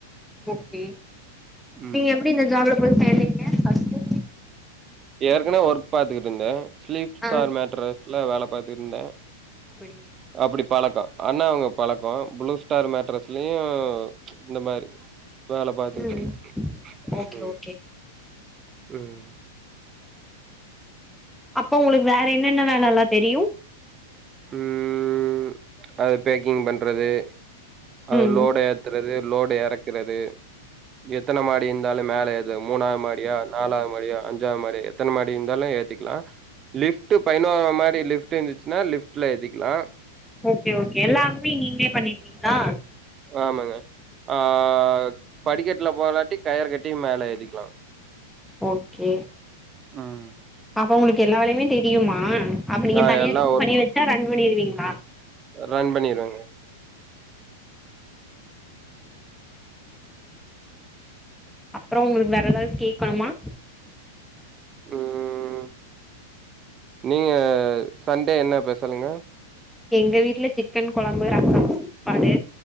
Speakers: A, in the centre; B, on the right.
A: ஓகே
B: ம்.
A: நீங்க எப்டி இந்த ஜாப்ல போய் சேந்தீங்க ஃபஸ்ட்டு
B: ஏற்கனவே ஒர்க் பாத்துட்டு இருந்த ஸ்லீப் ஸ்டார்
A: ஆ
B: மேட்டர்ஸ்ல வேல பாத்துட்டு இருந்த
A: அப்படி
B: அப்டி பழக்கோ ஆனா அவுங்க பழக்கோ ப்ளூ ஸ்டார் மேட்ரஸ்லயு இந்த மாரி வேல பாத்துக்கிட்டு
A: ம்
B: இருந்த
A: ஓகே
B: ம்
A: ஓகே
B: ம்
A: அப்போ உங்ளுக்கு வேற என்னென்ன வேல எல்லா தெரியு
B: ம் அது பேக்கிங் பண்றது அது
A: ம்
B: லோடு ஏத் றது லோடு எறக்குறது எத்தன மாடி இருந்தாலு மேல ஏத் மூணாவது மாடியா நாலாவது மாடியா அஞ்சாவது மாடியா எத்தன மாடி இருந்தாலு ஏத்திக்லா லிஃப்ட் பதினோறாவது மாடி லிஃப்ட் இருந்துச்சுனா லிஃப்ட்ல ஏத்திக்லா
A: ஓகே ஓகே எல்லாமுமே நீங்ளே பண்ணிடுவீங்ளா
B: ஆமாங்க ஆ படிக்கட்ல போலாட்டி கயற கட்டி மேல ஏத்திக்லா
A: ஓகே
B: ம்
A: அப்ப உங்ளுக்கு எல்லா வேலையுமே தெரியுமா அப்ப நீங்க
B: ஆ
A: தனியா
B: எல்லாம்
A: கம்பெணி
B: ஒர்க்
A: வச்சா ரன் பண்ணிருவீங்ளா
B: ரன் பண்ணிருவங்க
A: அப்றோ உங்ளுக்கு வேற எதாவது கேக்கணுமா
B: ம் நீங்க சண்டே என்ன ஸ்பெசலுங்க
A: எங்க வீட்ல சிக்கன் கொழம்பு ரசம் சாப்பாடு